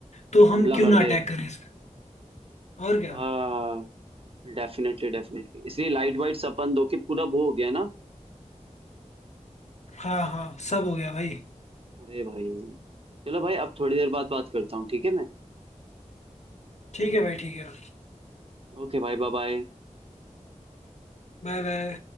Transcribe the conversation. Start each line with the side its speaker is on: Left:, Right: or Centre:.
Left: तो
Right: हमला
Left: हम क्यों
Right: कर
Left: ना
Right: दे
Left: अटैक करें इस पे? और क्या
Right: आ डेफिनेटली डेफिनेटली इसलिए लाइट वाइट सब बंद होके पूरा वो हो गया ना
Left: हाँ हाँ सब हो गया भाई
Right: अरे भाई चलो भाई अब थोड़ी देर बाद बात करता हूँ ठीक है मैं
Left: ठीक है भाई ठीक है
Right: ओके भाई बाय बाय
Left: Bye bye